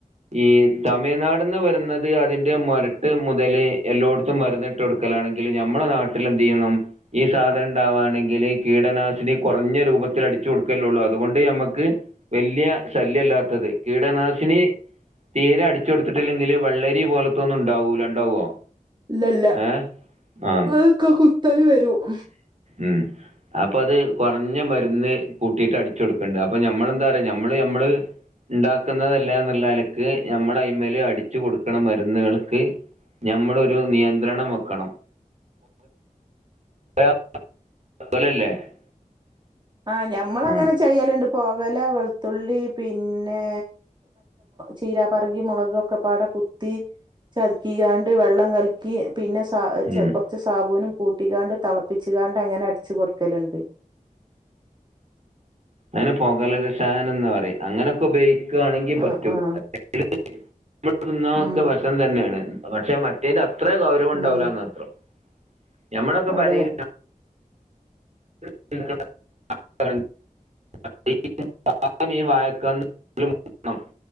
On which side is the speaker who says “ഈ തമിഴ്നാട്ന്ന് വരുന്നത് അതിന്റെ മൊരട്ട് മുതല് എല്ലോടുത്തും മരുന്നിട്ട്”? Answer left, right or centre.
Right